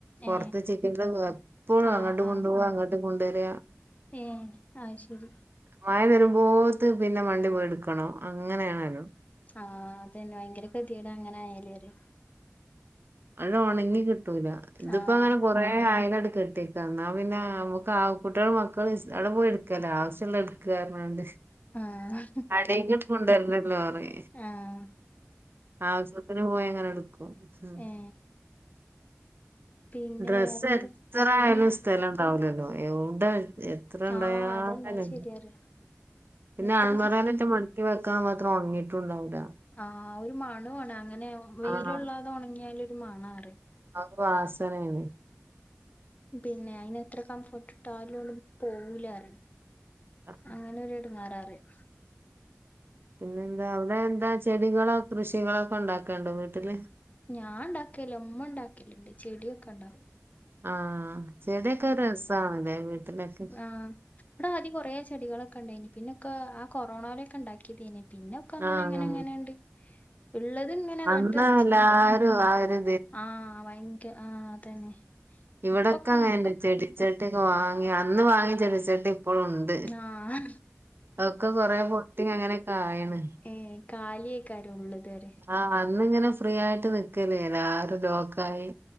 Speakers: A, on the right (about 45°); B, on the left (about 30°).
A: പുറത്ത്
B: ഏ
A: ചിക്ക എപ്പോഴും
B: ആഹ്
A: അങ്ങോട്ട് കൊണ്ടു
B: ആഹ്
A: പോവാ അങ്ങോട്ട് കൊണ്ടുവരിക.
B: ഏ അത് ശരി
A: മഴ വരുമ്പോത്ത പിന്നെ മണ്ടി പോയി എടുക്കണം അങ്ങനെണലോ
B: ആഹ് അതന്നെ ഭയങ്കര ഗതിയേഡ് അങ്ങനെ ആയാലേ പറയാ
A: അത് ഒണങ്ങി കിട്ടൂല ഇതിപ്പോ
B: ആഹ്
A: അങ്ങനെ കൊറെ അയല് ആണ്ട്‌ കെട്ടിക്ക എന്നാ പിന്നെ നമുക്ക് ആ കുട്ടികളും മക്കളും അവിടെ പോയി എടുക്കല്ലോ ആവശ്യമുള്ള ക്ക്‌ പറഞ്ഞാണ്ട്.
B: ആഹ്
A: അടീക്ക് കൊണ്ടുവരണം ഒരു ലോറി
B: ആഹ്
A: അവര് പോയ അങ്ങനെ എടുക്കും ഉ
B: ഏ പിന്നെ
A: ഡ്രസ്സ്
B: വേറെന്താ
A: എത്ര ആയാലും
B: ഉം
A: സ്ഥലംണ്ടാവില്ലല്ലോ, എവ്ടെ! ഇത്ര ഉണ്ടായാലും
B: ആഹ് അതന്നെ അത് ശരിയാ പറയാ
A: പിന്നെ
B: എത്ര
A: അൽമാറാലെറ്റം
B: ചിക്കി
A: മട ക്കി വെക്കാൻ മാത്രം ഉണങ്ങിട്ടുണ്ടാവില്ല.
B: ആഹ് ഒരു മണം ആണ് അങ്ങനെ വെയില്
A: ആഹ്
B: കൊള്ളാതെ ഉണങ്ങിയാല ഒരു മണം ആണെന്ന് പറയും.
A: ആ വാസന ആണ്‌.
B: പിന്നെ അയിന് എത്ര കംഫോർട്ട് ഇട്ടാലും പോകൂല പറയും.
A: അപ്പൊ
B: അങ്ങനൊരു എടുങ്ങാറാറിയും.
A: പിന്നെ എന്താ അവിടെ എന്താ ചെടികളോ കൃഷികളോ ഒക്കെ ഉണ്ടാക്കണ്ടോ വീട്ടില്?
B: ഞാൻ ഉണ്ടാക്കല്ല്യാ ഉമ്മ ഉണ്ടാക്കലുണ്ട് ചെടിയൊക്കെ ഉണ്ടാക്ക.
A: ആഹഹ് ചെടിയൊക്കെ രസാണല്ലേ വീട്ടിലൊക്കെ. !
B: ആഹ് ഇവിടെ ആദ്യ കൊറേ ചെടികളൊക്കെ ഉണ്ടേയ്നി പിന്നെക്കെ ആ കൊറോണേലൊക്കെ ഉണ്ടാക്കിയതേന്. പിന്നൊക്കെ അങ്ങനെ
A: ആഹ്
B: അങ്ങനെ എങ്ങനെയുണ്ട് ഉള്ളത്. ഇങ്ങനെ
A: അന്നെല്ലാരും
B: നട്ട് നനച്ചുണ്ടാക്കും
A: ആ ഒര്
B: ആ ഭയങ്കര ആ അതന്നെ
A: ഇവിടെക്കെ
B: ഇപ്പൊക്കെ
A: അങ്ങെന്നേ
B: കണക്കാ
A: ചെടി ചട്ടി ഒക്കെ വാങ്ങി അന്ന് വാങ്ങി ചെടിച്ചട്ടി ഇപ്പോളുമുണ്ട്.
B: ആ
A: ഒക്കെ കൊറ പൊട്ടി അങ്ങനെയൊക്കെ ആയണ്.
B: ഏ കാലിയേക്കാരം ഉള്ളത് പറയ
A: ആഹ് അന്നിങ്ങനെ ഫ്രീ ആയിട്ട് വെക്കല്ലേ ചെയ്യണേ ആകെ ലോക്ക് ആയി.